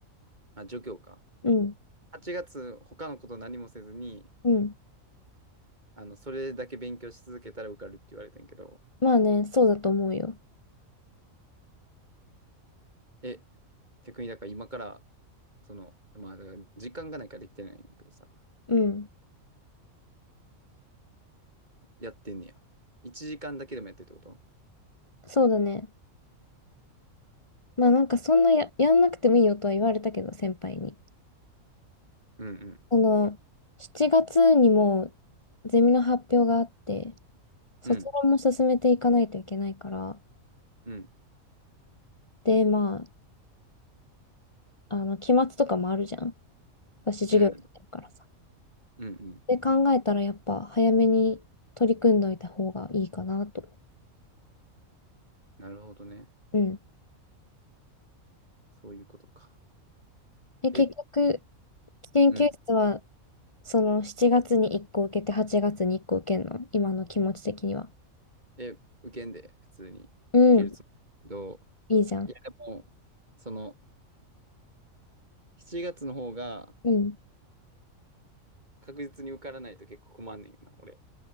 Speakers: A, on the right (about 30°); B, on the left (about 25°).
A: あ、助教か。
B: うん。
A: 8月、他のこと何もせずに、
B: うん。
A: あの、それだけ勉強し続けたら受かるって言われてんやけど、
B: まあね、そうだと思うよ。
A: え、逆にだから今から、その、まあ、だから時間がないからできてないんだけどさ、
B: うん。
A: やってんねや。1時間だけでもやってるってこと
B: そうだね。まあなんかそんなや、やんなくてもいいよとは言われたけど、先輩に。
A: うんうん。
B: その、7月にもゼミの発表があって、卒論も進めていかないといけないから、
A: うん。うん。
B: で、まあ、あの、期末とかもあるじゃん。私、授業やってるからさ。
A: うん。うんうん。
B: で、考えたらやっぱ早めに取り組んどいた方がいいかなと。
A: なるほどね。
B: うん。
A: そういうことか。
B: え、
A: え、
B: 結局、研究室は、
A: うん。
B: その7月に1個受けて8月に1個受けるの今の気持ち的には。
A: え、受けんで、普通に。
B: うん、
A: 受けるつもりだけど、
B: いいじゃん。
A: いやでも、その、7月の方が
B: うん。
A: 確実に受からないと結構困んねんな、俺。